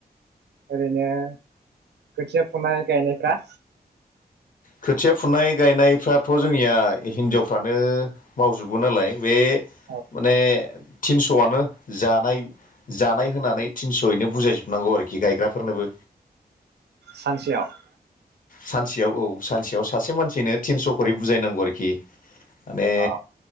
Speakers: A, on the right; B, on the left.
A: ओरैनो खोथिया फुनाय गायनायफ्रा
B: खोथिया फुनाय गायनायफ्राथ' जोंनिया हिनजावफ्रानो मावजोबो नालाय बे
A: औ
B: माने थिनस'आनो जानाय जानाय होननानै थिनस'यैनो बुजायजोबनांगौ आरो रोखि गायग्राफोरनोबो।
A: सानसेयाव?
B: सानसेयाव औ सानसेयाव सासे मानसिनो थिनस' खरि बुजायनांगौ आरोखि। माने
A: अ